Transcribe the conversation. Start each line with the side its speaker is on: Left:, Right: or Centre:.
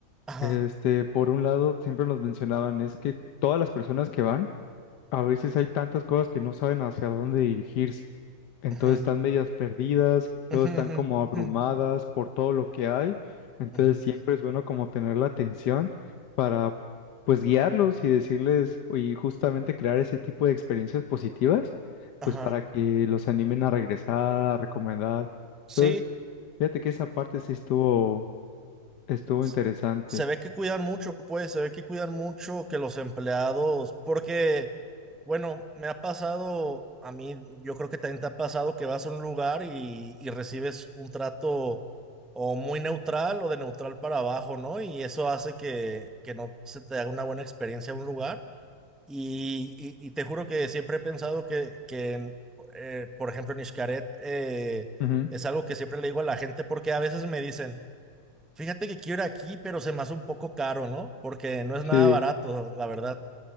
Centre: Ajá.
Left: Este, por un lado, siempre nos mencionaban, es que todas las personas que van, a veces hay tantas cosas que no saben hacia dónde dirigirse. Entonces
Centre: Ujú,
Left: están medias perdidas,
Centre: ujú,
Left: luego están
Centre: ujú,
Left: como abrumadas
Centre: ujú,
Left: por todo lo que hay. Entonces
Centre: ujú.
Left: siempre es bueno como tener la atención para pues guiarlos y decirles y justamente crear ese tipo de experiencias positivas,
Centre: Ajá.
Left: pues para que los animen a regresar, a recomendar.
Centre: Sí,
Left: Entonces, fíjate que esa parte sí estuvo, estuvo
Centre: s-
Left: interesante.
Centre: se ve que cuidan mucho, pues, se ve que cuidan mucho que los empleados, porque, bueno, me ha pasado, a mí, yo creo que también te ha pasado que vas a un lugar y, y recibes un trato o muy neutral o de neutral para abajo, ¿no? Y eso hace que, que no se te haga una buena experiencia a un lugar. Y, y- y te juro que siempre he pensado que, que en, eh, por ejemplo, en Xcaret, eh,
Left: Ujú,
Centre: es algo que siempre le digo a la gente porque a veces me dicen, Fíjate que quiero ir aquí, pero se me hace un poco caro, ¿no? Porque no es
Left: Sí.
Centre: nada barato, la verdad.